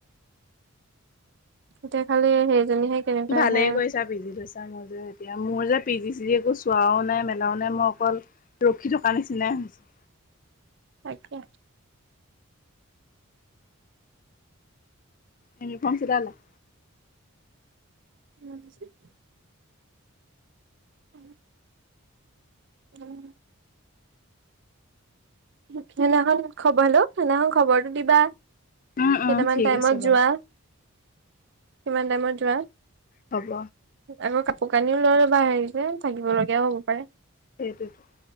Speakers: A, on the right; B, on the left.
A: এতিয়া খালি সেইজনীহে কেনেকুৱা
B: ভালেই
A: আহে আৰু
B: কৰিছা পি জি লৈছা <unintelligible> এতিয়া মোৰ যে পি জি চিজি একো চোৱাও নাই মেলাও নাই মই অকল ৰখি থকা নিচিনাই হৈছে।
A: তাকে
B: ইউনিৰ্ফম চিলালা?
A: <unintelligible> <inaudible> উম সেইদিনাখন খবৰলো সেইদিনাখন খবৰটো দিবা
B: উম, উম,
A: কেইটামান
B: ঠিক
A: টাইমত
B: আছে বাৰু
A: যোৱা কিমান টাইমত যোৱা
B: হ'ব
A: আৰু কাপোৰ কানিও লৈ ল'বা হেৰি যে থাকিব লগগীয়াও হ'ব পাৰে
B: সেইটোৱেটো